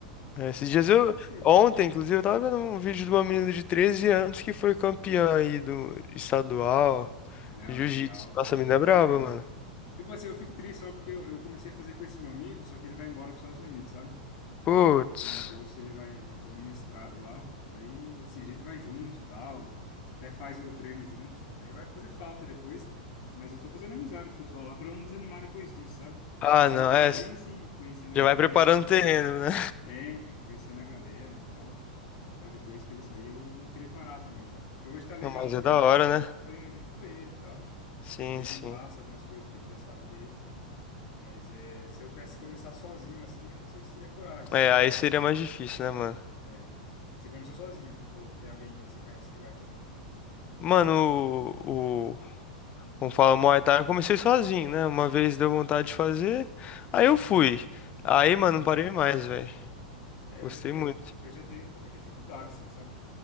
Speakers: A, on the left; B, on the left.
A: É, esses
B: pode,
A: dias
B: pode
A: eu.
B: ser.
A: Ontem, inclusive, eu tava vendo um vídeo de uma menina de 13 anos que foi campeã aí do estadual,
B: Não,
A: jiu-jitsu.
B: é legal,
A: Nossa, a menina
B: é muito
A: é braba,
B: legal.
A: mano.
B: Tipo assim, eu fico triste só porque eu, eu comecei a fazer com esse meu amigo, só que ele vai embora para os Estados Unidos, sabe?
A: Putz.
B: Em agosto ele vai, vai fazer um mestrado lá. Daí, assim, a gente vai junto e tal. Até faz o treino junto. Aí vai fazer falta depois. Mas eu tô fazendo amizade com o pessoal lá pra eu não desanimar depois disso, sabe?
A: Ah,
B: Então
A: não,
B: eu tô
A: é.
B: bem assim, conhecendo a
A: Já
B: galera.
A: vai preparando o terreno, né?
B: É, então, conhecendo a galera e tal. Pra depois que ele sair eu não querer parar também, sabe? Porque hoje tá legal
A: Não, mas
B: porque
A: é da
B: as-
A: hora, né?
B: tô indo junto com ele e tal.
A: Sim,
B: Ele me
A: sim.
B: passa algumas coisas que ele já sabe bem. Mas é, se eu tivesse que começar sozinho assim, eu não sei se teria coragem, sabe?
A: É, aí seria mais difícil, né, mano?
B: É. Você começou sozinho? Ou tem alguém aí que você conhece que vai também?
A: Mano, o, o como fala, Muay Thai, eu comecei sozinho, né? Uma vez deu vontade de fazer, aí eu fui. Aí,
B: Uhum.
A: mano, não parei mais, velho.
B: É, eu
A: Gostei
B: já tenho,
A: muito.
B: eu já tenho um pouco de dificuldade, assim, sabe?